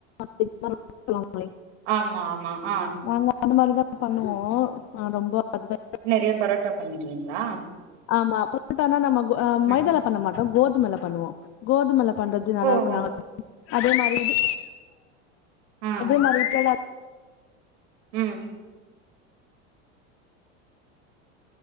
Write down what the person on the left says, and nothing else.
மாரி <inaudible> தோழி
நாங்க அந்த மாரிதா பண்ணுவோ ஆனா ரொம்ப அதுதா <inaudible>
ஆமா பொரட்டானா நம்ம கோ
மைதால பண்ண மாட்டோ கோதுமைல பண்ணுவோ கோதுமைல பண்றது நல்லா
இருக்கு
நா அதே மாரி இது
அதே மாரி இப்பைலா